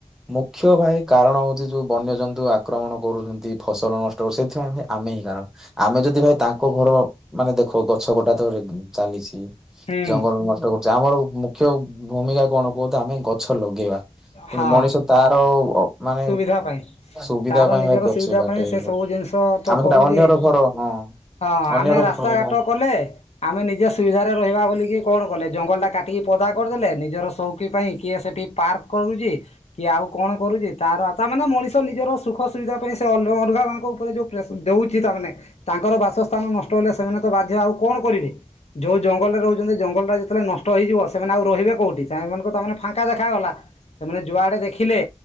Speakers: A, in the centre; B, on the left (about 80°).
A: ମୁଖ୍ୟ ଭାଇ କାରଣ ହଉଛି ଯୋଉ ବନ୍ୟଜନ୍ତୁ ଆକ୍ରମଣ କରୁଛନ୍ତି ଫସଲ ନଷ୍ ଟ ସେଥିପାଇଁ ଭାଇ ଆମେ ହିଁ କାରଣ। ଆମେ ଯଦି ଭାଇ ତାଙ୍କ ଘର ମାନେ ଦେଖ ଗଛ କଟା ତ ଚାଲିଛି।
B: ହୁଁ
A: ଜଙ୍ଗଲ ନଷ୍ଟ କରୁଛେ ଆମର ମୁଖ୍ୟ ଭୂମିକା କଣ କୁହ ତ ଆମେ ଗ ଛ ଲଗେଇବା କିନ୍ତୁ
B: ହଁ
A: ମଣିଷ ତାର ଅ ମାନେ
B: ସୁବିଧା ପାଇଁ
A: ସୁବିଧା
B: ତାର
A: ପାଇଁ
B: ନିଜର
A: ଅଛ
B: ସୁବିଧା
A: କାଟଇ
B: ପାଇଁ ସେ ସବୁ ଜିନିଷ ତ
A: ଆମେ
B: କରୁଛି
A: ହେଟା ଅନ୍ୟର ଘର ହଁ।
B: ହଁ
A: ଅନ୍ୟର
B: ଆମେ ରାସ୍ତା
A: ଘର
B: ଘାଟ
A: ହଁ
B: କଲେ। ଆମେ ନିଜେ ସୁବିଧାରେ ରହିବା ବୋଲିକି କଣ କଲେ ଜଙ୍ଗଲଟା କାଟିକି ପଦା କରିଦେଲେ ନିଜର ସଉକି ପାଇଁ କିଏ ସେଠି ପାର୍କ କରୁଛି। କି ଆଉ କଣ କରୁଛି ତାର ତା ମାନେ ମଣିଷ ନିଜର ସୁଖ ସୁବିଧା ପାଇଁ ସେ ଅନ ଅଲଗା ମାନଙ୍କ ଉପରେ ଯୋଉ ପ୍ର ଦେଉଛି ତାମାନେ ତାଙ୍କର ବାସସ୍ଥାନ ନଷ୍ଟ ହେଲେ ସେମାନେ ତ ବାଧ୍ୟ ଆଉ କଣ କରିବେ? ଯୋଉ ଜଙ୍ଗଲରେ ରହୁଛନ୍ତି ଜଙ୍ଗଲ ଟା ଯେତେବେଳେ ନଷ୍ଟ ହେଇଯିବ ସେମାନେ ଆଉ ରହିବେ କୋଉଠି ସେମାନଙ୍କୁ ତ ତାମାନେ ଫାଙ୍କା ଦେଖା ଗଲା। ସେମାନେ ଯୁଆଡ଼େ ଦେଖିଲେ